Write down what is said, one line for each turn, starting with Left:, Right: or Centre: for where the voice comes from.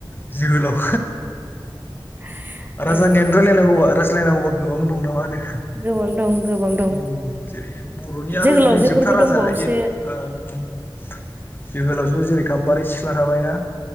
Left: जोहोलाव
Right: <unintelligible>
Left: राजानियानो
Right: ओं
Left: रायलायनांगौबा रायज्लायनांगौबा गोबां दं नामा होनो?
Right: गोबां दं गोबां दं
Left: ओम जेरै बर'नि आरो
Right: जोहोलावजोफोरबो
Left: बे जोबथा राजा
Right: दंबावोसो
Left: इ आ ओम जोहोलावजो जेरै गाम्बारि सिख्ला थाबायना